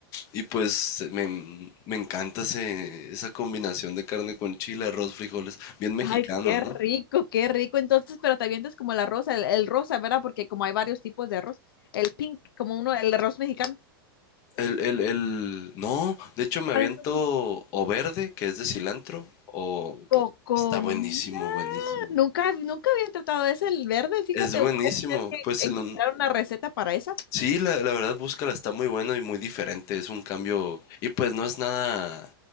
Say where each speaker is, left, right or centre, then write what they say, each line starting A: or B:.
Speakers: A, on the left; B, on the left.
A: Y pues me, me encanta ese- esa combinación de carne con chile, arroz, frijoles, bien mexicano,
B: Ay, qué
A: ¿no?
B: rico, qué rico. Entonces, pero te avientas como el arroz, el, el rosa, ¿verdad? Porque como hay varios tipos de arroz, el pink, como uno, el arroz mexicano.
A: El, el, el, no, de hecho me
B: Ahora
A: aviento
B: entonces,
A: o verde, que es de cilantro, o
B: coco,
A: está buenísimo,
B: mira,
A: buenísimo.
B: nunca, nunca había tratado ese, el verde, fíjate,
A: Es buenísimo,
B: voy a tener
A: pues
B: que
A: en
B: encontrar
A: un,
B: una receta para esa.
A: Sí, la, la verdad, búscala, está muy bueno y muy diferente. Es un cambio. Y pues no es nada